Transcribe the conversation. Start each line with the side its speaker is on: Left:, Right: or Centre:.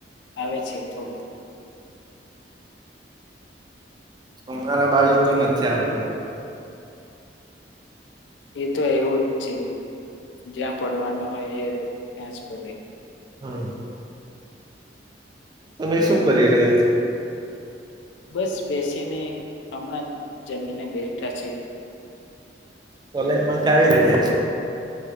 Left: આવે છે થોડું
Right: <unintelligible> બાજુ તો નથી આવતો.
Left: એ તો એવું જ છે જ્યાં પડવાનું હોય એ ત્યાં જ પડે.
Right: હમ્મ. તમે શું કરી રહ્યા છો?
Left: બસ બેસીને હમણાં જમીને બેઠા છે.
Right: કોલેજ માંથી આવી <unintelligible>